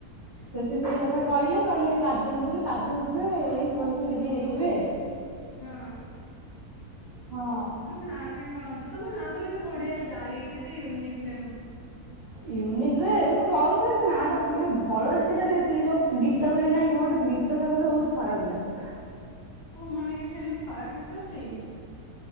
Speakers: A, on the right; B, on the left.
A: ତ ସି ସେଇ କଥା
B: ହଁ।
A: କହିଲେ କହିଲେ କାଜଲ ମୁ କହିଲି କାଜଲ ନଥିବ ବେ ଏଇ ସୁଭଲକ୍ଷ୍ମୀ ଦିଦି ହେଇଥିବେ
B: ହଁ
A: ହଁ।
B: ନାଁ ଠେଇଁ କଣ ଅଛି ତମ ନାଁ ତ କେତେ ବଢିଆ ଯାଇ କେତେ ୟୁନିକ୍ ନେମ। ହ
A: ୟୁନିକ୍ ଯେ ମୋ ବାପା ମୋତେ ସେ ନାଁ ଟା ମାନେ ଭଲ ଯେଟିକି ଲାଗେ ସେତିକି ଯୋଉ ଗୀତ ଗୋଟେ ନାଇଁ କଣ ଗୀ ଗୀତ ସକାସେ ବୋହୁତ ଖରାପ ଲାଗେ।
B: ଓ ମାନେ କିଛି ଏମିତି ଖରାପ ଗୀତ ଅଛି କି?